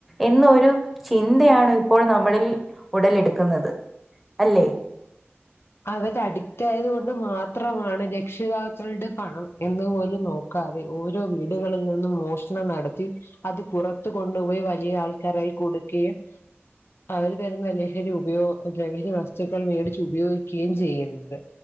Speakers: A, in the centre; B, on the left (about 65°).
A: എന്നൊരു ചിന്തയാണ് ഇപ്പോൾ നമ്മളിൽ ഉടലെടുക്കുന്നത് അല്ലേ
B: അവര് അഡിക്റ്റ് ആയത് കൊണ്ട് മാത്രമാണ് രക്ഷിതാക്കളുടെ പണം എന്ന് പോലും നോക്ക നോക്കാതെ ഓരോ വീടുകളിൽ നിന്നും മോഷണം നടത്തി അത് പുറത്ത് കൊണ്ടുപോയി വലിയ ആൾക്കാര കയ്യി കൊടുക്കേം അവര് തരുന്ന ലഹരി ഉപയോഗ ലഹരി വസ്തുക്കൾ മേടിച്ച് ഉപയോഗി ഉപയോഗിക്കുകയും ചെയ്യുന്നത്